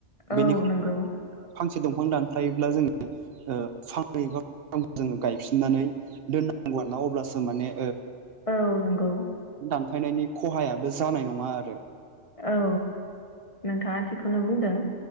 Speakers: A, on the left; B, on the right.
A: औ
B: बेनिखायनो
A: नंगौ
B: फांसे दंफां दानफायोब्ला जोङो फांनै एबा फांथाम जोङो गायफिननानै दोननांगौ आरो ना अब्लासो माने
A: औ नंगौ
B: दानफायनायनि खहायाबो जानाय नङा आरो
A: औ नोंथाङा थिगखौनो बुंदों